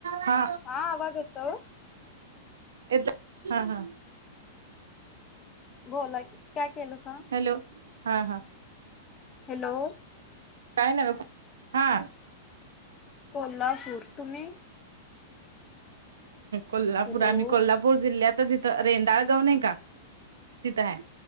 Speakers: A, on the right (about 85°); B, on the left (about 25°).
A: हा
B: हा आवाज यतो.
A: येत हा हा.
B: बोला काय केलं स
A: हॅलो हा हा
B: हॅलो.
A: काही ना हा.
B: कोल्हापूर तुम्ही?
A: कोल्हापूर
B: हॅलो
A: आमही कोल्हापूर नापूर जिल्ह्यातच तिथं रेंदाळ गाव नाही का तिथं आहे.